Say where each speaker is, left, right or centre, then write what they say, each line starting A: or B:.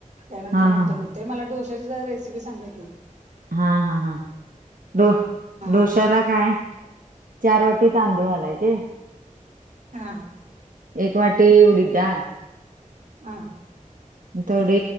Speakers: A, on the right; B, on the right.
A: त्यानंतर
B: हा हा
A: मटन येते मला डोश्याची जरा रेसिपी सांगा की.
B: हा हा हा, डो
A: हा
B: डोशाला काय चार वाटी तांदूळ घालायचे.
A: हा.
B: एक वाटी उडीद डाळ
A: हा.
B: थोडे